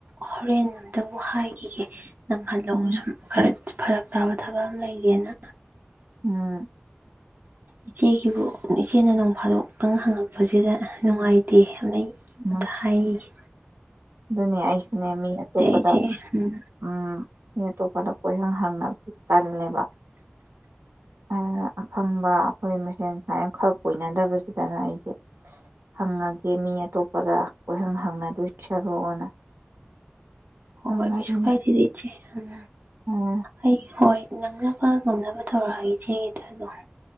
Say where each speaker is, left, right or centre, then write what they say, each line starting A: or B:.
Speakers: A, on the right; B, on the right.
A: ꯍꯣꯔꯦꯟ ꯑꯝꯇꯕꯨ ꯍꯥꯏꯈꯤꯒꯦ꯫ ꯅꯪꯍꯜꯂꯛꯑꯣ
B: ꯎꯝ
A: ꯁꯨꯝ ꯈꯔ ꯐꯔꯛ ꯇꯥꯕ ꯊꯕꯛ ꯑꯃ ꯂꯩꯔꯦꯅ
B: ꯎꯝ
A: ꯏꯆꯦꯒꯤꯕꯨ ꯏꯆꯦꯅ ꯅꯣꯡꯐꯥꯗꯣꯛꯇꯪ ꯍꯪꯉꯛꯄꯁꯤꯗ ꯅꯨꯡꯉꯥꯏꯇꯦ꯫ ꯑꯗꯨꯅ ꯑꯩ
B: ꯎꯝ
A: ꯑꯝꯇ ꯍꯥꯏꯈꯤꯒꯦ
B: ꯑꯗꯨꯅꯦ ꯑꯩꯁꯨꯅꯦ ꯃꯤ ꯑꯇꯣꯞꯄꯗ
A: ꯏꯆꯦ ꯎꯝ
B: ꯎꯝ ꯃꯤ ꯑꯇꯣꯞ ꯄꯗ ꯀꯣꯏꯍꯪ ꯍꯪꯅꯕ ꯇꯜꯂꯦꯕ ꯑꯗꯨꯅ ꯑꯈꯪꯕ ꯑꯩꯈꯣꯏ ꯃꯁꯦꯟ ꯁꯨꯃꯥꯏꯅ ꯈꯔ ꯀꯣꯏꯏꯅꯗꯕꯁꯤꯗꯅ ꯑꯩꯁꯦ ꯍꯪꯑꯒꯦ ꯃꯤ ꯑꯇꯣꯞꯄꯗ ꯀꯣꯏꯍꯪ ꯍꯪꯅꯗꯣꯏ ꯁ ꯁꯔꯨꯛꯑꯣꯅ
A: ꯍꯣꯏ
B: ꯍꯪꯉꯛꯏꯅꯤ
A: ꯍꯣꯏ ꯀꯩꯁꯨ ꯀꯥꯏꯗꯦꯗꯤ ꯏꯆꯦ ꯎꯝ
B: ꯎꯝ
A: ꯑꯩ ꯍꯣꯏ ꯅꯪ <unintelligible> ꯅꯕ ꯇꯧꯔꯛꯑꯒ ꯏꯆꯦꯒꯤꯗꯨ ꯑꯗꯨꯃ